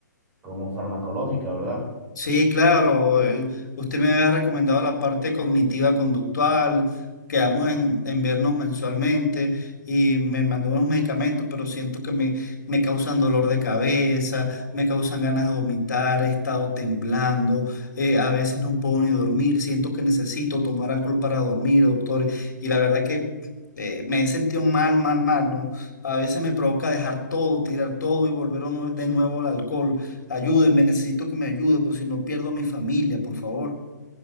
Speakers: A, on the right (about 15°); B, on the left (about 85°).
A: como farmacológica, ¿verdad?
B: Sí, claro. eh, Usted me había recomendado la parte cognitiva conductual. Quedamos en, en vernos mensualmente y me mandó unos medicamentos, pero siento que me, me causan dolor de cabeza, me causan ganas de vomitar, he estado temblando, eh, a veces no puedo ni dormir, siento que necesito tomar alcohol para dormir, doctor. Y la verdad que eh, me he sentido mal, mal, mal, ¿no? A veces me provoca dejar todo, tirar todo y volver a nue- de nuevo al alcohol. Ayúdenme, necesito que me ayude, por si no pierdo a mi familia, por favor.